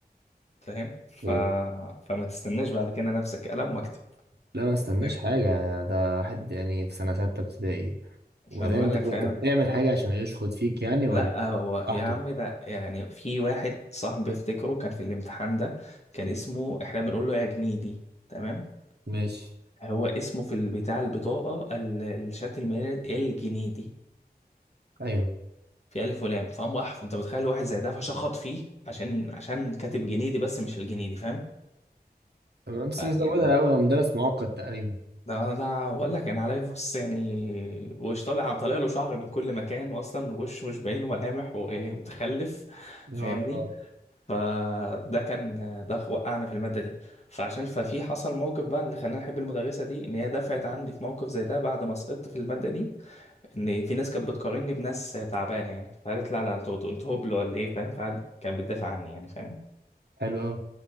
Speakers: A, on the left (about 40°); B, on the right (about 85°).
A: فاهم ف...
B: اوكي
A: فما تستناش بعد كده انا امسك قلم واكتب
B: لا ما استناش
A: فاهم؟
B: حاجة ده واحد يعني في سنة ستة ابتدائي وبعدين
A: فبقول
B: انت
A: لك
B: كنت
A: فاهم
B: بتعمل حاجة عشان يشخط فيك يعني
A: لا
B: ولا
A: هو
B: لوحده
A: يا عم ده يعني في واحد صاحبي افتكره كان في الامتحان ده كان اسمه احنا بنقول له يا جنيدي تمام
B: ماشي
A: هو اسمه في البتاع البطاقة ال- الشهادة الميلاد الجنيدي
B: ايوه
A: في ألف ولام فهم أحف أنت متخيل واحد زي ده فشخط فيه عشان عشان كاتب جنيدي بس مش الجنيدي فاهم
B: تمام، بس
A: ف-
B: مزودها
A: يعني ده
B: قوي هو مدرس معقد تقريبا
A: ده ده بقول لك أنا عليه بص يعني وش طالع طالع له شعر من كل مكان وأصلا وشه مش باين له ملامح ومتخلف
B: يا
A: فاهمني
B: الله
A: فده كان ده وقعنا في المادة دي فعشان ففي حصل موقف بقى اللي خلاني أحب المدرسة دي إن هي دفعت عني في موقف زي ده بعد ما سقطت في المادة دي إن في ناس كانت بتقارني بناس تعبانة يعني فقالت لا لا أنتوا أنتوا هبل ولا إيه فاهم فقعد كانت بتدافع عني يعني فاهم
B: حلو قوي